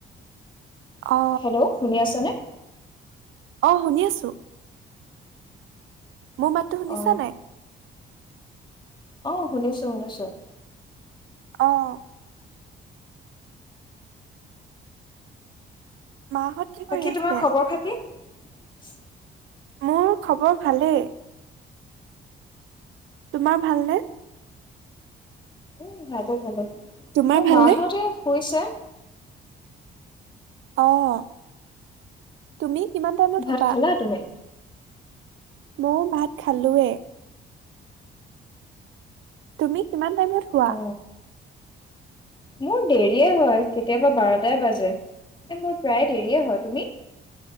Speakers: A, on the right (about 80°); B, on the left (about 25°).
A: অ
B: হেল্ল' শুনি আছেনে
A: অ শুনি আছো মোৰ মাততো শুনিছা
B: অ
A: নাই
B: অ শুনিছো শুনিছো
A: আহ মাহত কি কৰি
B: বাকী
A: আছে
B: তোমাৰ খবৰ খাতি অ
A: মোৰ খবৰ ভালেই তোমাৰ ভালনে
B: উম ভালে ভালে মোৰ
A: তোমাৰ ভালনে
B: মা হতে কৈছে
A: অঁ তুমি কিমান টাইমত
B: ভাত
A: থাকা
B: খালা তুমি
A: ময়ো ভাত খালোৱে তুমি কিমান টাইমত হোৱা
B: অ মোৰ দেৰিয়ে হয় কেতিয়াবা বাৰটাই বাজে এ মোৰ প্ৰায় দেৰিয়ে হয় তুমি